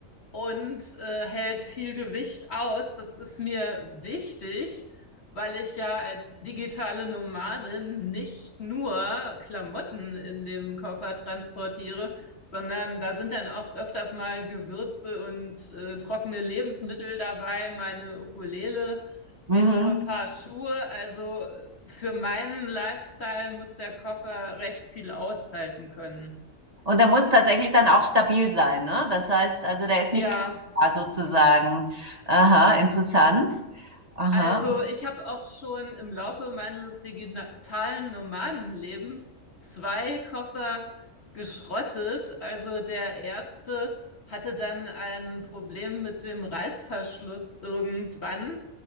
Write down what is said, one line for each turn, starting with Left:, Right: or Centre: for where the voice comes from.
Left: und äh, hält viel Gewicht aus. Das ist mir wichtig, weil ich ja als digitale Nomadin nicht nur Klamotten in dem Koffer transportiere, sondern da sind dann auch öfters mal Gewürze und äh, trockene Lebensmittel dabei, meine Ukulele,
Right: Mhm.
Left: mehrere Paar Schuhe. Also äh, für meinen Lifestyle muss der Koffer recht viel aushalten können.
Right: Und der muss tatsächlich dann auch stabil sein, ne? Das heißt, also der ist nicht
Left: Ja,
Right: quer sozusagen. Aha, interessant. Aha.
Left: Also, ich habe auch schon im Laufe meines digitalen Nomadenlebens zwei Koffer geschrottet. Also, der erste hatte dann ein Problem mit dem Reißverschluss irgendwann